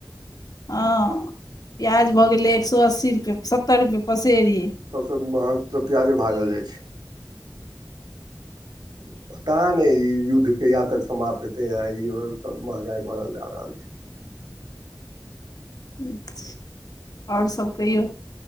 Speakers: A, on the left (about 60°); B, on the right (about 80°).
A: हँ <inaudible> प्याज भऽ गेलै एक सौ अस्सी रुपैय सत्तर रुपैय पसेरी
B: सबस महंग तऽ प्याजे भागल जाइ छै <inaudible> तै न ई युद्ध कहिया तक समाप्त हेतै ह ईहो सब महंगाइ बढ़ल जा रहल छै
A: <inaudible> और सब कहियौ <inaudible>